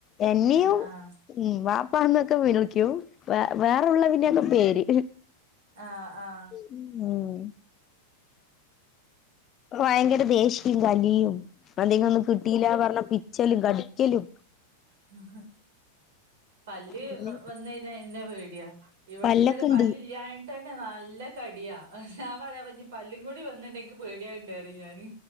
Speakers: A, on the left; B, on the right.
A: എന്നെയും
B: ആഹ് ആഹ്
A: ഉം വാപ്പാന്നൊക്കെ വിളിക്കും വേ വേറെ ഉള്ളതിന്റെ ഒക്കെ പേര്
B: ആഹ്, ആഹ്.
A: ഉം. ഭയങ്കര ദേഷ്യം കലിയും അതികൊന്നും കിട്ടിയില്ല പറഞ്ഞ പിച്ചലും കടിക്കലും.
B: <unintelligible> പല്ല്
A: അങ്ങനെ
B: വന്നയ്ഞ്ഞാ ഇന്നെ പേടിയാ ഇവിട്ട്ത്തൊരു
A: പല്ലൊക്കെ ഉണ്ട്
B: പല്ലില്ലാ ത്തന്നെ നല്ല കടിയാ ഞമ്പറയാ പ്പഞ്ഞി പല്ലും കൂടി വന്നിണ്ടെക്ക് പേടിയാക്ണ്ടറയും ഞാന്.